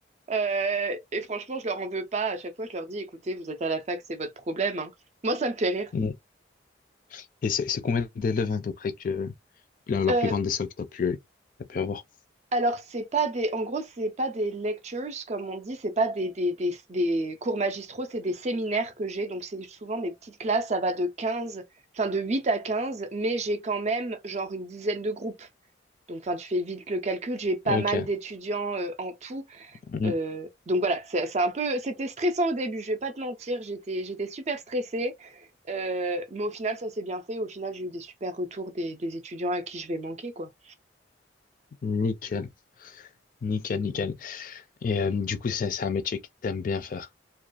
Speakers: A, on the right (about 35°); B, on the left (about 45°).
A: Euh, et franchement, je leur en veux pas. À chaque fois, je leur dis, écoutez, vous êtes à la fac, c'est votre problème, hein. Moi, ça me fait rire.
B: <laughs> Et c'est c'est combien d'élèves à peu près que la, la
A: Euh,
B: plus grande des salles que t'as pu, t'as pu avoir?
A: Alors, c'est pas des, en gros, c'est pas des lectures, comme on dit, c'est pas des, des, des, des cours magistraux, c'est des séminaires que j'ai. Donc, c'est souvent des petites classes, ça va de 15, enfin, de 8 à 15, mais j'ai quand même, genre, une dizaine de groupes. Donc, enfin, tu fais vite le calcul, j'ai pas
B: Ok,
A: mal d'étudiants euh, en tout.
B: Mm.
A: Euh, donc, voilà, c'est c'est un peu, c'était stressant au début, je vais pas te mentir, j'étais, j'étais super stressée. Euh, mais au final, ça s'est bien fait. Au final, j'ai eu des super retours des, des étudiants à qui je vais manquer, quoi.
B: nickel, nickel, nickel. Et euh, du coup, c'est c'est un métier que t'aimes bien faire.